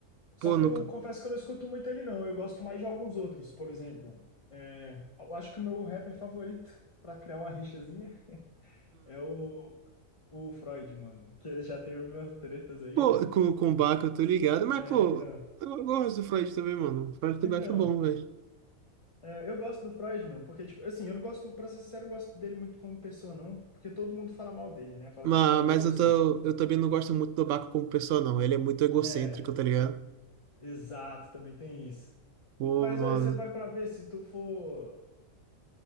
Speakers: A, on the left; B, on the right.
A: Só
B: Pô,
A: que
B: nunca.
A: eu confesso que eu não escuto muito ele, não. Eu gosto mais de alguns outros, por exemplo. é, eu acho que o meu rapper favorito, pra criar uma rixazinha. É o, o Freud, mano. Que ele já teve umas tretas aí,
B: Pô,
A: né?
B: com, com o Bach eu tô ligado, mas,
A: É,
B: pô,
A: então.
B: eu gosto do Freud também, mano. O Freud também
A: Então.
B: acho bom, velho.
A: é, eu gosto do Freud, mano, porque, tipo, assim, eu não gosto, pra ser sincero, eu não gosto dele muito como pessoa, não. Porque todo mundo fala mal dele, né? Fala
B: Mas,
A: que ele não é uma
B: mas
A: boa pessoa.
B: eu, tô, eu também não gosto muito do Baco como pessoa, não. Ele é muito egocêntrico,
A: É,
B: tá ligado?
A: exato, também tem isso.
B: Pô,
A: Mas,
B: mano.
A: velho, você vai pra ver se tu for,